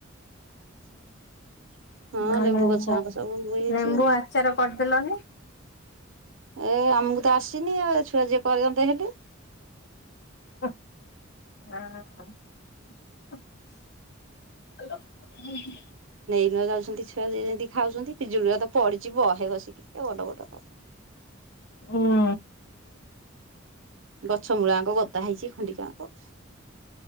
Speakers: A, on the right (about 70°); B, on the left (about 55°).
A: <unintelligible> ହଁ
B: ଲେମ୍ବୁ
A: ଗଛ ଆଙ୍କ ସବୁ ବୋହି ହେଇଛି
B: ଲେମ୍ବୁ
A: ଆଉ
B: ଆଚାର କରିଦେଲନି।
A: ଏ ଆମକୁ ତ ଆସିନି ଏ ଛୁଆ ଯିଏ କରିଦିଅନ୍ତେ ହେଲେ।
B: ହଁ। ହ <unintelligible>
A: ଆ ଯାଉଛନ୍ତି ଛୁଆ ଯ ଯେମିତି ଖାଉଛନ୍ତି ପିଜୁଳି ତ ପଡିଛି ବହେ ବସିକି ବଡ ବଡ।
B: ହୁଁ।
A: ଗଛ ମୂଳାଙ୍କ ଗଦା ହେଇଛି ଖଣ୍ଡିଙ୍କ ଯାଙ୍କ।